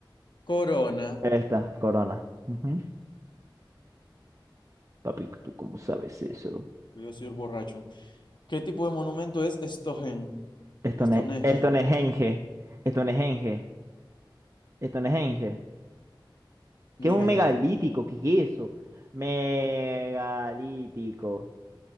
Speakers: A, on the left; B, on the right.
A: Corona.
B: Esta, Corona. Ujú. Papi, ¿tú cómo sabes eso?
A: Yo soy un borracho. ¿Qué tipo de monumento es Stohen?
B: Esto
A: Stonehen?
B: no es, esto no es Genge. Esto no es Genge. Esto no es Genge.
A: Megalítico.
B: ¿Qué es un megalítico? ¿Qué es eso? Megalítico.
A: Oh.